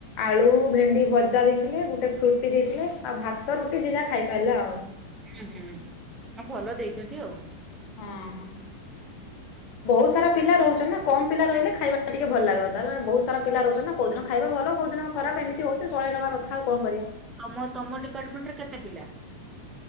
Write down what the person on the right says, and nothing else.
ଉଁହୁଁ ଆ ଭଲ ଦେଇଚନ୍ତି ଆଉ।
<inaudible>
ତମ ତମ ଡିପାର୍ଟମେଣ୍ଟ ରେ କେତେ ପିଲା?